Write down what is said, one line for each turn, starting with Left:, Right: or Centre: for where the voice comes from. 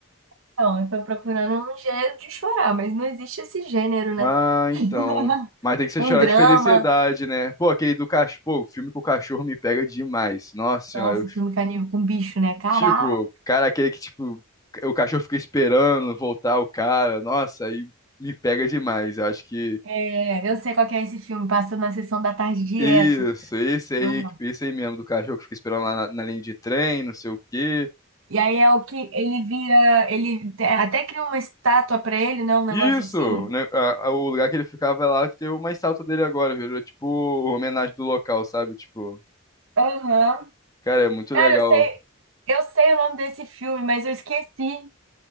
Right: Então, eu tô procurando um gênero de chorar, mas não existe esse gênero, né?
Left: Ah,
Right: <laughs>
Left: então. Mas tem que ser
Right: Um
Left: chorar
Right: drama.
Left: de felicidade, né? Pô, aquele do cachorro. Pô, o filme com o cachorro me pega demais. Nossa senhora.
Right: Nossa,
Left: eu-
Right: filme caníbal com bicho, né? Caraca.
Left: Tipo, cara, aquele que, tipo, o cachorro fica esperando voltar o cara. Nossa, aí me pega demais. Eu acho que.
Right: É, eu sei qual que é esse filme, passa na sessão da tarde direto.
Left: Isso, esse aí,
Right: Uhum.
Left: esse aí mesmo, do cachorro que fica esperando lá na, na linha de trem, não sei o quê.
Right: E aí é o que ele vira, ele te- até cria uma estátua pra ele, né? Um negócio
Left: Isso!
Right: assim.
Left: Né, a- a- o lugar que ele ficava é lá que tem uma estátua dele agora, virou tipo homenagem do local, sabe? Tipo,
Right: Aham.
Left: cara, é muito
Right: Cara,
Left: legal.
Right: eu sei, eu sei o nome desse filme, mas eu esqueci.